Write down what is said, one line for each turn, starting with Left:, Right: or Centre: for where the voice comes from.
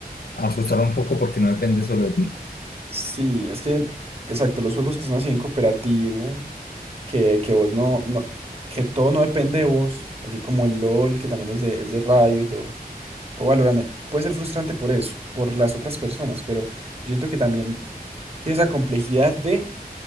Left: a frustrar un poco porque no depende solo de ti.
Right: Sí, es que, exacto, los juegos que son así en cooperativo, que, que vos no, no, que todo no depende de vos, así como el LOL, que también es de, es de Riot o, o Valorant, eh, puede ser frustrante por eso, por las otras personas, pero yo siento que también tiene esa complejidad de